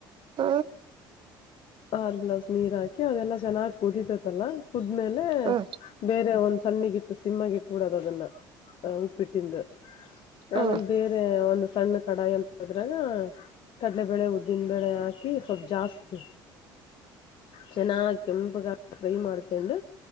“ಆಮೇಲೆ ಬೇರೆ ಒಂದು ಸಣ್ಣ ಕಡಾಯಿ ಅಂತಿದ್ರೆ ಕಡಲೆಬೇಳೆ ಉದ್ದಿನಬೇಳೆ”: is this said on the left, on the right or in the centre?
Left